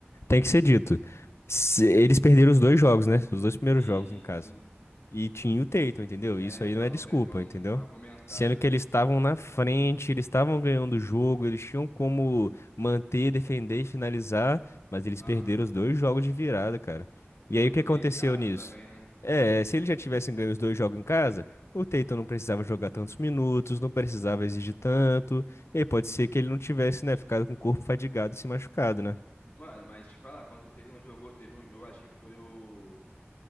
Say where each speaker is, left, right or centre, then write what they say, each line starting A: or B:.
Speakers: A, on the left (about 80°); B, on the left (about 55°).
A: tem que ser dito. Se- Eles perderam os dois jogos, né? Os dois primeiros
B: Uhum,
A: jogos em casa.
B: sim.
A: E tinha o Tatum, entendeu?
B: É,
A: Isso aí
B: então,
A: não é
B: não
A: desculpa,
B: tem como
A: entendeu?
B: argumentar,
A: Sendo
B: né?
A: que eles estavam na frente, eles estavam ganhando o jogo, eles tinham como manter, defender e finalizar, mas eles
B: Aham.
A: perderam os dois jogos de virada, cara. E
B: Pô,
A: aí o
B: joguei
A: que aconteceu
B: em casa
A: nisso?
B: também, né?
A: É, se eles já tivessem ganho os dois jogos em casa, o Tatum não precisava jogar tantos minutos, não precisava exigir tanto, e aí pode ser que ele não tivesse, né, ficado com o corpo fadigado e se machucado, né?
B: Mano, mas te falar, quando o Tatum jogou, teve um jogo, acho que foi o...